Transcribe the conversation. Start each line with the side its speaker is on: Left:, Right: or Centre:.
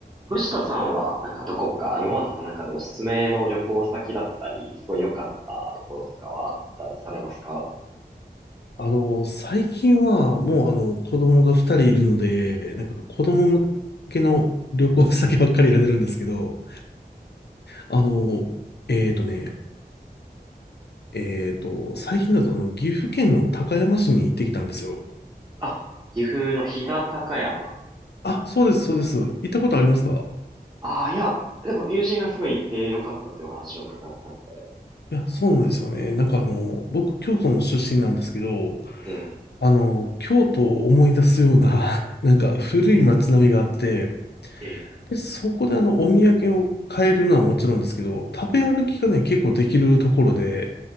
Right: 藤田さんは、なんかどこか、今まで行った中でおすすめの旅行先だったり、すごい良かったところとかはあったりされますか
Left: あの、最近はもうあの子供が2人いるので、なんか子供向けの旅行先ばっかり選んでるんですけど、あの、えーとね、えーと、最近だとあの岐阜県の高山市に行ってきたんですよ。
Right: あ、岐阜の飛騨高山。
Left: あ、そうです、そうです。行ったことありますか
Right: ああ、いや、でも友人がすごい行って良かったというお話を伺ったので。
Left: いや、そうなんですよね。なんかあの、僕、京都の出身なんですけど、
Right: ええ
Left: あの、京都を思い出すような、<laughs> なんか古い街並みがあって、
Right: ええ
Left: で、そこであの、お土産を買えるのはもちろんですけど、食べ歩きがね、結構できるところで、